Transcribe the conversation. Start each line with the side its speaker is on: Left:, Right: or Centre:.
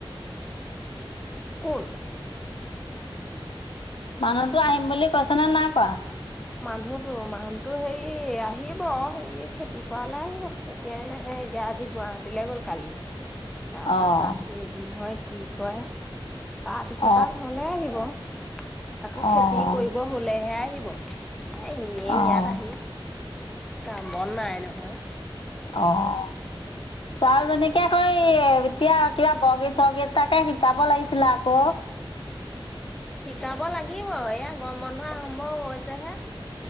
Centre: কোন?
Left: মানুহতো আহিম বুলি কৈছে ন নাই কোৱা?
Centre: মানুহটো মানুহটো হেৰি আহিব এই খেতি কৰালে আহিব এতিয়াই নাহে এতিয়া আজি গুৱাহাটীলৈ গ'ল কালি। তাৰপা
Left: অ',
Centre: তাত কেইদিন হয় কি কয়, তাৰপিছত
Left: অ',
Centre: আৰু ঘৰলে আহিব। তাকো
Left: অ',
Centre: খেতি কৰিব হলেহে আহিব, এনেই
Left: অ',
Centre: ইয়াত আহি কাম বন নাই নহয়।
Left: অ'। ছোৱালীজনীকে <unintelligible> এতিয়া কিবা বগীত-চগীত তাকে শিকাব লাগিছিল আকৌ।
Centre: শিকাব লাগিব এয়া গম বন্ধহোৱা আৰম্ভ হৈছে হে।